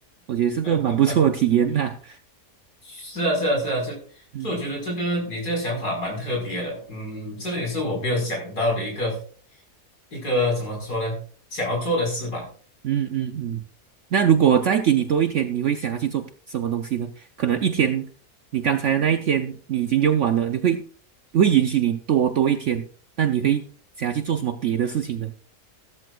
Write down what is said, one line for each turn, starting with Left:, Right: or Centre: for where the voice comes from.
Right: 我觉得是个蛮不错的体验呐、
Left: <laughs> 是啊，是啊，是啊，这，
Right: <laughs> 嗯。
Left: 所以我觉得这个你这个想法蛮特别的，嗯，这也是我没有想到的一个一个怎么说呢，想要做的事吧，
Right: 嗯嗯嗯，那如果再给你多一天，你会想要去做什么东西呢？可能一天，你刚才的那一天你已经用完了，你会会允许你多多一天，那你会想要去做什么别的事情呢？